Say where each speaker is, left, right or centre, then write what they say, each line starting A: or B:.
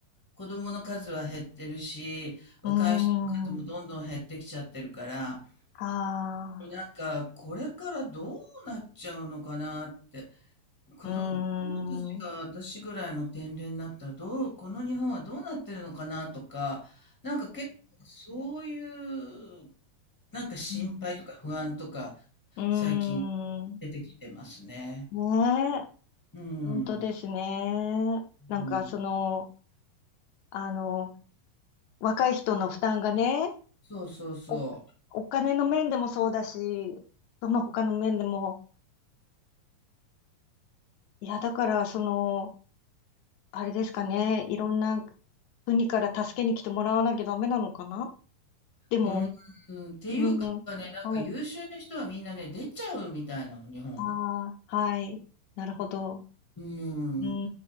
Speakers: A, on the left; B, on the left.
A: 子供の数は減ってるし、若い人の数もどんどん減ってきちゃってるから、
B: うん。ああ。
A: なんか、これからどうなっちゃうのかなって。子供、
B: うん。
A: 子供たちが私ぐらいの年齢になったら、
B: うん。
A: どう、この日本はどうなってるのかなとか、なんか結構そういう、なんか心配とか不安とか、
B: うん。うん。
A: 最近出てきてますね。
B: ねえ。
A: うん。
B: 本当ですね。
A: う
B: なんかその、
A: ん、
B: あの、若い人の負担がね、
A: そうそうそ
B: お、お金の面でもそうだし、その他の面でも、いや、だから、その、あれですかね、いろんな国から助けに来てもらわなきゃダメなのかなでも、
A: う。うん、うんっていうかね、
B: うん、
A: なんか優秀な人はみんなね、
B: はい、
A: 出ちゃうみたいなの、日本を。
B: ああ、はい、なるほど。
A: うん。
B: うー
A: だ